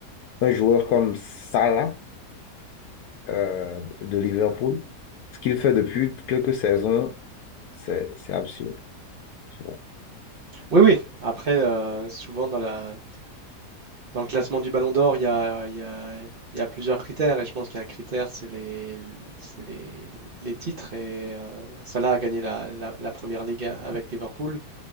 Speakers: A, on the left; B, on the right.
A: un joueur comme Salah euh, de Liverpool, ce qu'il fait depuis quelques saisons, c'est c'est absurde. Tu vois.
B: Oui, oui. Après, euh, souvent dans la, dans le classement du Ballon d'Or, il y a, il y a- il y a plusieurs critères. Et je pense qu'il y a un critère, c'est les, c'est les, les titres. Et euh, Salah a gagné la, la- la première ligue a- avec Liverpool.